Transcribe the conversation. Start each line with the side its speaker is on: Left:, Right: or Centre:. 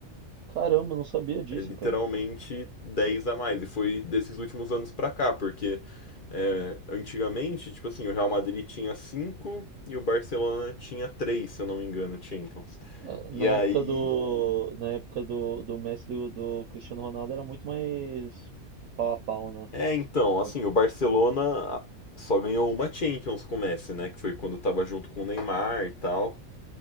Right: Caramba, eu não sabia disso,
Left: É literalmente
Right: cara.
Left: 10 a mais. E foi desses últimos anos pra cá, porque é, antigamente, tipo assim, o Real Madrid tinha 5 e o Barcelona tinha 3, se eu não me engano, Champions.
Right: Ah,
Left: E
Right: Na
Left: aí.
Right: época do, na época do, do Messi e do, do Cristiano Ronaldo era muito mais pau a pau, né?
Left: É, então,
Right: Com-
Left: assim, o Barcelona ah, só ganhou uma Champions com o Messi, né? Que foi quando tava junto com o Neymar e tal.